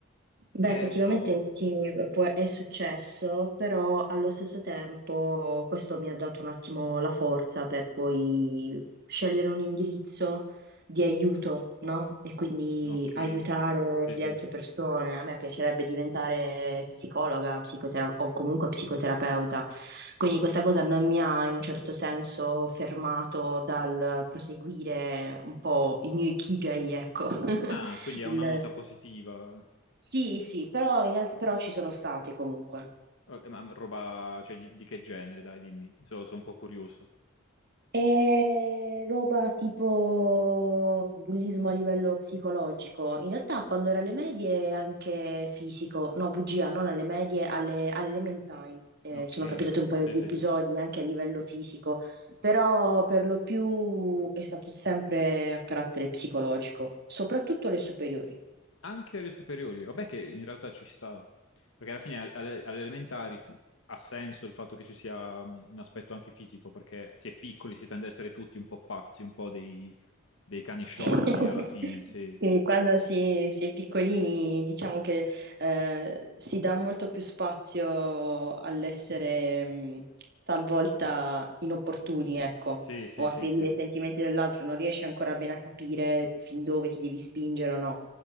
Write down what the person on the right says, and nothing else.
Beh,
effettivamente
sì, eh, può- è successo, però allo stesso tempo questo mi ha dato un attimo la forza per poi scegliere un indirizzo di aiuto, no? E quindi
aiutare
le
altre persone. A me piacerebbe diventare psicologa, psicotera- o comunque psicoterapeuta. Quindi questa cosa non mi ha in un certo senso fermato dal proseguire un po' il mio ikigai, ecco. <laughs>
il,
sì, sì, però, in real- però ci sono stati comunque.
È roba tipo bullismo a livello psicologico. In realtà quando ero alle medie anche fisico, no, bugia, non alle medie, alle, alle elementari. Eh,
ci sono capitati un paio
di
episodi
anche a livello fisico, però per lo più è stato sempre a carattere psicologico, soprattutto alle superiori.
<laughs>
Sì, quando si, si è piccolini diciamo che eh, si dà molto più spazio all'essere mh, talvolta inopportuni, ecco,
o a
ferire
i sentimenti dell'altro, non riesci ancora bene a capire fin dove ti devi spingere o no.